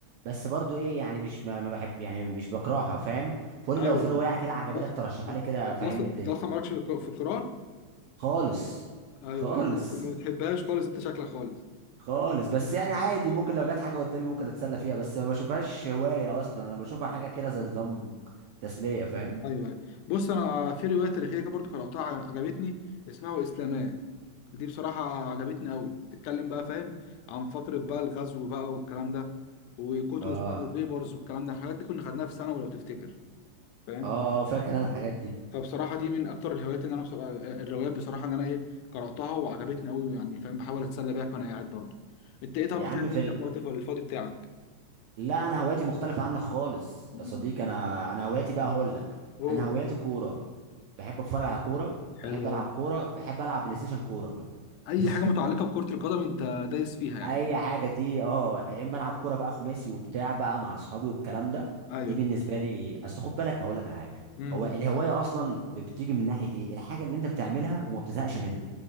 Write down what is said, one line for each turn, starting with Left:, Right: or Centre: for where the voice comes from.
Right: بس برضو ايه يعني مش ما ما بحب يعني مش بكرهها فاهم فقول
Left: ايوه
Right: لي لو في روايه كده عجبتك
Left: أص-
Right: ترشحها
Left: انت
Right: لي كده فهمني
Left: اصلا
Right: الدنيا
Left: انت اصلا مالكش في الك- في القراءه
Right: خالص
Left: ايوه
Right: خالص
Left: انت بت- ما بتحبهاش خالص انت شكلك خالص
Right: خالص بس يعني عادي ممكن لو جت حاجه قدامي ممكن اتسلى فيها بس ما بشوفهاش هوايه اصلا انا بشوفها حاجه كده زي نظام تسليه فاهم
Left: ايوه ايوه بص انا في روايه تاريخيه كده برضه قراتها ع- عجبتني اسمها واسلاماه دي بصراحه عجبتني قوي بتتكلم بقى فاهم عن فتره بقى الغزو بقى والكلام ده وكوتوس
Right: اه
Left: بقى وبيبرز والكلام ده الحاجات دي كنا خدناها في ثانوي لو تفتكر فاهم
Right: اه فاكر انا الحاجات دي
Left: فبصراحة دي من أكتر الهوايات اللي أنا بصراحة الروايات بصراحة إن أنا إيه قرأتها وعجبتني أوي يعني فاهم بحاول أتسلى بيها وأنا قاعد برضه أنت إيه طب
Right: يا
Left: بتعمل
Right: عم في
Left: إيه أنت
Right: ال...
Left: في وقتك الفاضي بتاعك؟
Right: لا انا هوايتي مختلفه عنك خالص
Left: مم.
Right: يا صديقي انا انا هوايتي بقى هقول لك
Left: أوه
Right: انا هوايتي كوره بحب اتفرج على كوره
Left: حلو
Right: بحب العب
Left: أوي
Right: كوره بحب العب بلاي ستيشن كوره
Left: أي
Right: <laughs>
Left: حاجة متعلقة بكرة القدم أنت دايس فيها يعني
Right: اي حاجه دي اه يا اما العب كوره بقى خماسي وبتاع بقى مع اصحابي والكلام ده
Left: أيوه
Right: دي بالنسبه لي اصل خد بالك هقول لك على حاجه
Left: امم
Right: هو الهوايه اصلا ب- بتيجي من ناحيه ايه الحاجه اللي انت بتعملها وما بتزهقش منها